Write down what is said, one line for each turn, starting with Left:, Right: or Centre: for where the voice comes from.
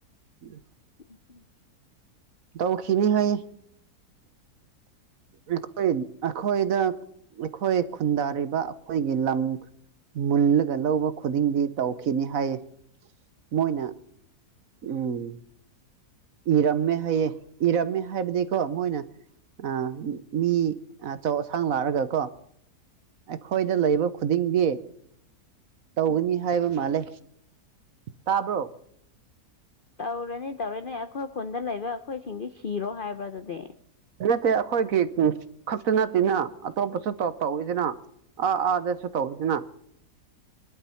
Right: ꯎ
Left: ꯎꯝ
Right: ꯇꯥꯎꯈꯦꯅꯤ ꯍꯥꯏꯌꯦ ꯑꯩꯈꯣꯏ ꯑꯩꯈꯣꯏꯗ ꯑꯩꯈꯣꯏ ꯈꯨꯟꯗꯥꯔꯤꯕ ꯑꯩꯈꯣꯏꯒꯤ ꯂꯝ ꯃꯨꯜꯂꯒ ꯂꯧꯕ ꯈꯨꯗꯤꯡꯗꯤ ꯇꯧꯈꯤꯅꯤ ꯍꯥꯏꯌꯦ ꯃꯣꯏꯅ ꯎꯝ ꯏꯔꯝꯃꯦ ꯍꯥꯏꯌꯦꯦ ꯏꯔꯝꯃꯦ ꯍꯥꯏꯕꯗꯤꯀꯣ ꯃꯣꯏꯅ ꯑ ꯃꯤ ꯑꯆꯧ ꯑꯁꯥꯡ ꯂꯥꯛꯑꯒ ꯀꯣ ꯑꯩꯈꯣꯏꯗ ꯂꯩꯕ ꯈꯨꯗꯤꯡꯗꯤ ꯇꯧꯒꯅꯤ ꯍꯥꯏꯕ ꯃꯥꯜꯂꯦ ꯇꯥꯕ꯭ꯔꯣ
Left: ꯇꯧꯔꯅꯤ ꯇꯧꯔꯅꯤ ꯑꯩꯈꯣꯏ ꯈꯨꯟꯗ ꯂꯩꯕ ꯑꯩꯈꯣꯏꯁꯤꯡꯗꯤ ꯁꯤꯔꯣ ꯍꯥꯏꯕ꯭ꯔꯥ ꯑꯗꯨꯗꯤ
Right: ꯅꯠꯇꯦ ꯑꯩꯈꯣꯏꯒꯤ ꯈꯛꯇ ꯅꯠꯇꯦꯅ ꯑꯇꯣꯞꯄꯁꯨ ꯇꯧꯋꯤꯗꯅ ꯑꯥ ꯑꯥ ꯑꯗꯨꯁꯨ ꯇꯧꯋꯗꯅ